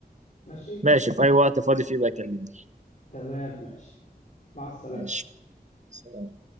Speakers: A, on the left (about 50°); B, on the right (about 45°).
A: ماشي
B: ماشي في اي وقت فاضي فيه بقى كلمني
A: تمام ماشي مع السلامة
B: ماشي سلام